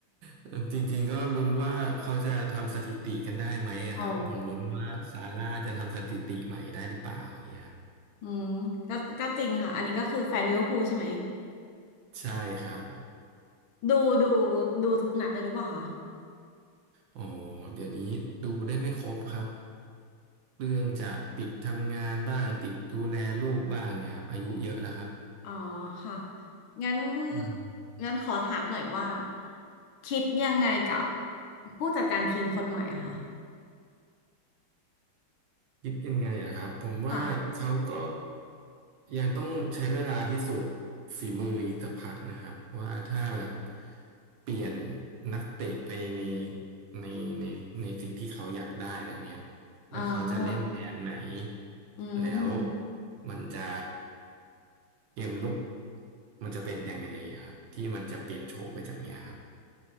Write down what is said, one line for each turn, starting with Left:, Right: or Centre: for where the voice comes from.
Right: เอ่อจริงๆก็ลุ้นว่าเขาจะทำสถิติกันได้ไหมอะครับผมลุ้นว่าซาร่าจะทำสถิติใหม่ได้หรือเปล่าอย่างเงี้ยครับ
Left: อ๋อ อืมก็ก็จริงค่ะ อันนี้ก็คือแฟนลิเวอร์พูลใช่ไหม
Right: ใช่ครับ
Left: ดูดูดูทุกนัดเลยหรือเปล่าคะ
Right: อ๋อเดี๋ยวนี้ดูได้ไม่ครบครับเรื่องจากติดทำงานบ้างติดดูแลลูกบ้างเงี้ยครับอายุเยอะแล้วครับ
Left: อ๋อค่ะ งั้น
Right: อืม
Left: งั้นขอถามหน่อยว่าคิดยังไงกับผู้จัดการทีมคนใหม่อะคะ
Right: คิดยังไงอะครับผมว่าเขาก็
Left: ค่ะ
Right: ยังต้องใช้เวลาพิสูจน์ฝีมืออีกสักพักนะครับว่าถ้าแบบเปลี่ยนนักเตะไปในในในในสิ่งที่เขาอยากได้แล้วเนี่ย
Left: อ๋อ
Right: แล้วเขาจะเล่นแผนไหน
Left: อืม
Right: แล้วมันจะเกมลุกมันจะเป็นยังไงอะครับที่มันจะเปลี่ยนโฉมไปจากเนี้ยครับ